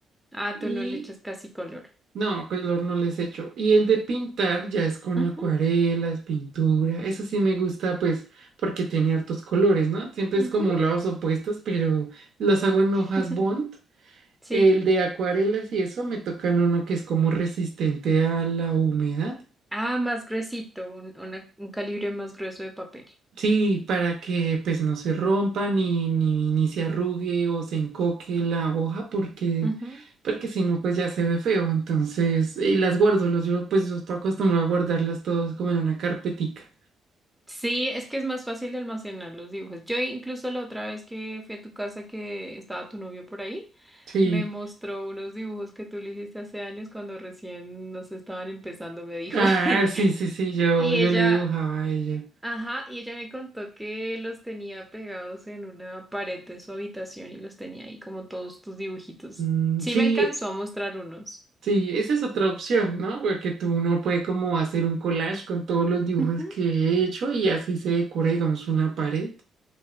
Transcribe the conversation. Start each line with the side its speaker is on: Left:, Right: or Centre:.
Centre: Ah,
Right: Y
Centre: tú no le echas casi color.
Right: no, color no les echo. Y el de pintar ya es con
Centre: Ujú,
Right: acuarelas, pintura. Eso sí me gusta, pues, porque tiene hartos colores, ¿no? Siempre
Centre: ujú.
Right: es como lados opuestos, pero las hago en hojas
Centre: <laughs>
Right: bond.
Centre: Sí.
Right: El de acuarelas y eso me tocan uno que es como resistente a la humedad.
Centre: Ah, más gruesito, un, una- un calibre más grueso de papel.
Right: Sí, para que pues no se rompa ni, ni, ni se arrugue o se encoque la hoja porque,
Centre: Ujú.
Right: porque si no pues ya se ve feo. Entonces, y las guardo, los, yo pues yo estoy acostumbrado a guardarlas todas como en una carpetica.
Centre: Sí, es que es más fácil de almacenar los dibujos. Yo incluso la otra vez que fui a tu casa que estaba tu novio por ahí,
Right: Sí.
Centre: me mostró unos dibujos que tú le hiciste hace años cuando recién nos estaban empezando, me dijo.
Right: Ah,
Centre: <laughs>
Right: sí, sí, sí, yo,
Centre: Y
Right: yo
Centre: ella
Right: le dibujaba a ella.
Centre: Ajá, y ella me contó que los tenía pegados en una pared de su habitación y los tenía ahí como todos tus dibujitos.
Right: Mm,
Centre: Sí
Right: sí,
Centre: me alcanzó a mostrar unos.
Right: sí, esa es otra opción, ¿no? Porque tú uno puede como hacer un collage con todos los dibujos
Centre: Ujú,
Right: que he hecho y así se decora, digamos, una pared.